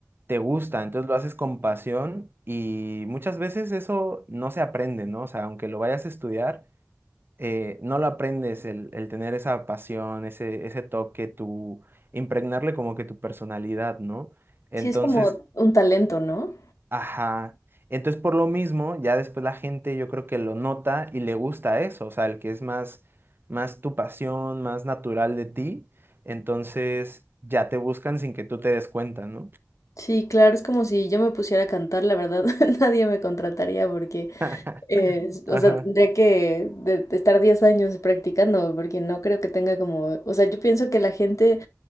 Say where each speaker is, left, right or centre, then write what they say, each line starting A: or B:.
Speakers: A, on the right; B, on the left.
A: te gusta, entonces lo haces con pasión y muchas veces eso no se aprende, ¿no? O sea, aunque lo vayas a estudiar eh, no lo aprendes, el, el tener esa pasión, ese, ese toque, tu impregnarle como que tu personalidad, ¿no? Entonces,
B: Sí, es como un talento, ¿no?
A: ajá. Entonces, por lo mismo, ya después la gente yo creo que lo nota y le gusta eso, o sea, el que es más, más tu pasión, más natural de ti, entonces ya te buscan sin que tú te des cuenta, ¿no?
B: Sí, claro, es como si yo me pusiera a cantar, la verdad, <laughs> nadie me contrataría porque,
A: <laughs>
B: eh, s-
A: Ajá.
B: o sea, tendría que de- de estar 10 años practicando porque no creo que tenga como, o sea, yo pienso que la gente